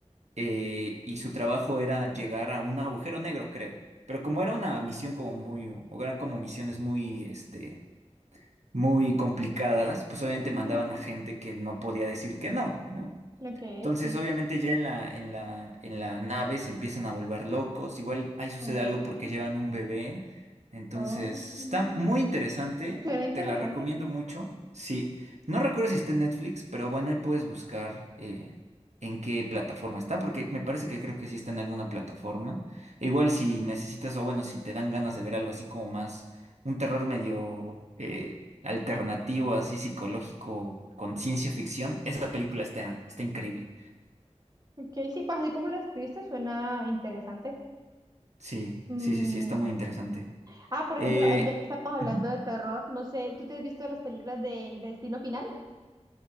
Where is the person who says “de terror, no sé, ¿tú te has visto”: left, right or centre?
Right